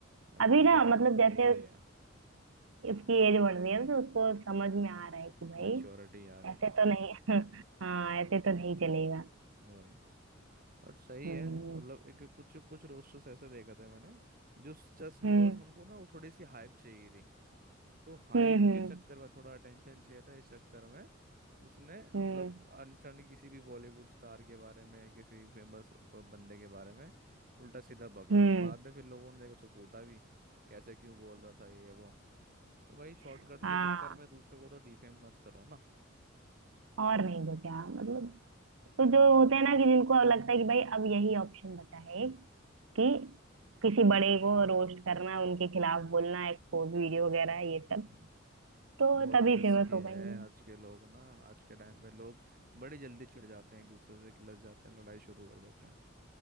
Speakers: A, on the right; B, on the right.
A: बट
B: अभी
A: लीगल
B: ना
A: एक्शन
B: मतलब
A: तो ज़रूरी
B: जैसे
A: है
B: इसकी एज बढ़ रही है तो उसको समझ में आ रहा है कि भाई
A: मैच्योरिटी आ रही
B: ऐसे
A: है
B: तो नहीं <laughs> हाँ ऐसे तो नहीं चलेगा
A: वही बट सही
B: हम्म
A: है मतलब एक कुछ कुछ रोस्टर्स ऐसे देखा था मैंने जो जस्ट बिकॉज
B: हम्म
A: उनको ना वो थोड़ी सी हाइप चाहिए थी तो हाइप
B: हम्म
A: के चक्कर में थोड़ा अटेंशन चाहिए था इस चक्कर में उसने मतलब
B: हम्म
A: अनशन किसी भी बॉलीवुड स्टार के बारे में किसी फेमस बंदे के बारे में उल्टा सीधा बक दिया
B: हम्म
A: बाद में फिर लोगों ने देखा उसको कूटा भी कैसे क्यों बोल रहा था ये वो तो भाई शॉर्टकट
B: <laughs>
A: के
B: हाँ
A: चक्कर में दूसरे को तो डिफेम मत करो ना
B: और नहीं तो क्या मतलब तो जो होते हैं ना कि जिनको अब लगता है कि भाई अब यही ऑप्शन बचा है एक कि किसी बड़े को रोस्ट करना उनके खिलाफ बोलना एक्सपोज वीडियो वगैरह ये सब
A: हम्म
B: तो
A: बहुत
B: तभी
A: रिस्की
B: फेमस
A: है
B: हो पाएंगे
A: आज के लोग ना आज के टाइम पे लोग बड़ी जल्दी चिढ़ जाते हैं एक दूसरे से किलस जाते हैं लड़ाई शुरू कर देते हैं